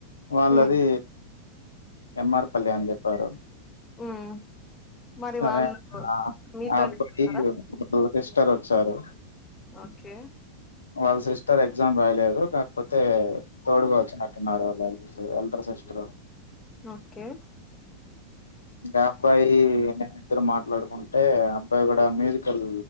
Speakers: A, on the left; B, on the left.
A: వాళ్ళది
B: ఉమ్
A: ఎమ్ఆర్ కళ్యాణ్ చెప్పారు
B: ఉమ్ మరి
A: సరే
B: వాళ్ళు
A: అ అ
B: మీతోనే
A: అప్పటికీ
B: ఉన్నారా
A: లోకేస్టర్ వచ్చారు
B: ఓకే
A: వాళ్ళ సిస్టర్ ఎగ్జా ఎగ్జామ్ రాయలేదు కాకపోతే తోడుగా వచ్చినట్టున్నారు వాళ్ళ ఎల్డర్ సిస్టర్
B: ఓకే
A: గంబాయ్యి మేమ్ ఇద్దరం మాట్లాడుకుంట్ అంటే అబ్బాయి కూడా మ్యూజికల్